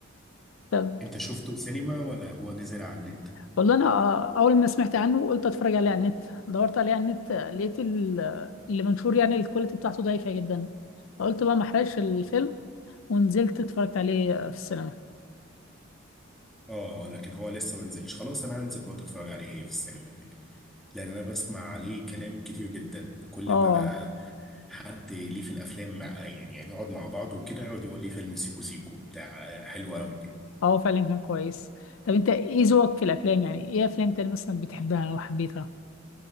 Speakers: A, on the left (about 70°); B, in the centre.
A: طب
B: انت شفته سينما ولا هو نزل على النت
A: والله أنا آه، أول ما سمعت عنه قلت أتفرج عليه على النت دورت عليه على النت لقيت ال- اللي منشور يعني الكواليتي بتاعته ضعيفة جدا فقلت بقى ما أحرقش الفيلم ونزلت اتفرجت عليه في السينما
B: اه لكن هو لسه ما نزلش خلاص انا هنزل برضه اتفرج عليه في السينما يعني لان انا بسمع عليه كلام كتير جدا كل
A: اه
B: ما حد ليه في الافلام مع يعني, يعني نقعد مع بعض وكده يقعد يقول لي فيلم سيكو سيكو بتاع حلو قوي يعني
A: اه فعلا كان كويس طب انت ايه ذوقك في الافلام يعني ايه افلام تاني مثلا بتحبها او حبيتها